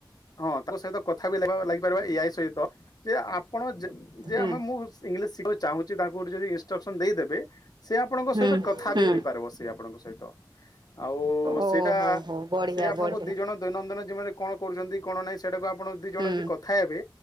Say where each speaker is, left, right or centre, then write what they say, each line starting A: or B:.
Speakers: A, on the left; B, on the right.
A: ହଁ ତାଙ୍କ ସହିତ କଥା ବି ଲ ଲାଗିପାରିବା ଏଇଆଇ ସହିତ ଯେ ଆପଣ ଯେ
B: ହୁଁ।
A: ଆମେ ମୁଁ ଇଂଲିଶ ଶିଖିବାକୁ ଚାହୁଁଛି ତାକୁ ଯଦି ଇନଷ୍ଟ୍ରକ୍ସନ ଦେଇଦେବେ ସେ ଆପଣଙ୍କ
B: ହୁଁ
A: ସହିତ କଥା
B: ହୁଁ
A: ବି ହେଇପାରିବ ସେି ଆପଣଙ୍କ ସହିତ ଆଉ
B: ଓହୋ
A: ସେଇଟା
B: ହୋ ବଢିଆ
A: ସେ ଆପଣଙ୍କ
B: ବଢିଆ।
A: ଣ ଦୈନନ୍ଦିନ ଜୀବନରେ କଣ କରୁଛନ୍ତି କଣ ନାହିଁ। ସେଇଟାକୁ ଆପଣ ଦିଇ ଜଣ
B: ହୁଁ
A: ଯଦି କଥା ହେବେ